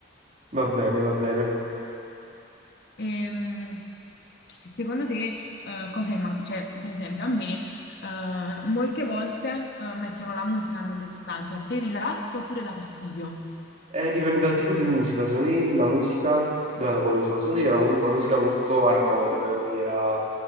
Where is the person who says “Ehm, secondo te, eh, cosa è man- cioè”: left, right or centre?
Left